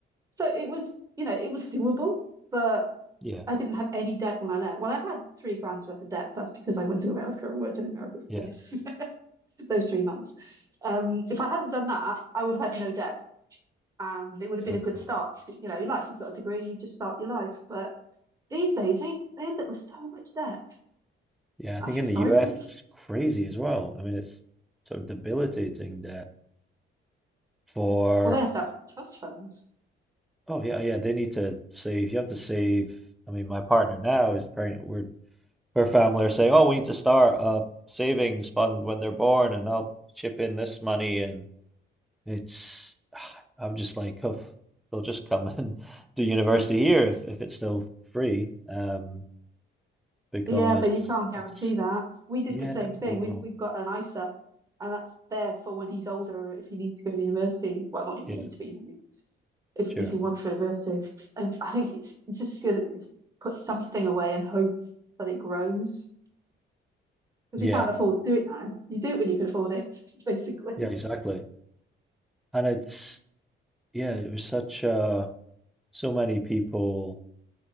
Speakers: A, on the right; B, in the centre.
A: So it was, you know, it was doable, but
B: Yeah,
A: I didn't have any debt when I left. Well, I had three grand's worth of debt. That's because I went to America and worked in America for
B: yeah,
A: a bit, <laughs> those three months. Um, if I hadn't done that, I would have had no debt and it would have
B: exactly.
A: been a good start to, you know, your life. You've got a degree, you just start your life. But these days, they, they end up with so much debt.
B: Yeah, I
A: I
B: think
A: feel
B: in the
A: sorry
B: US
A: for them.
B: it's crazy as well. I mean, it's sort of debilitating that for,
A: Well, they have to have trust funds.
B: oh yeah, yeah, they need to save. You have to save. I mean, my partner now is pregnant. We're her family are saying, oh, we need to start a savings fund when they're born, and I'll chip in this money and It's <sighs> I'm just like, oh, they'll just come <laughs> and do university here if, if it's still free. Um, because
A: Yeah, but you can't guarantee
B: it's
A: that. We did
B: yeah,
A: the same thing.
B: well,
A: We've we've got an ISA, and that's there for when he's older if he needs to go to university. Well, not in
B: yeah,
A: needs, but you know what I mean. If
B: sure.
A: if he wants to go to university, and I think it's just good to put something away and hope that it grows because
B: Yeah,
A: we can't afford to do it now. You do it when you can afford it, <laughs> basically.
B: yeah, exactly. And it's yeah, it was such uh so many people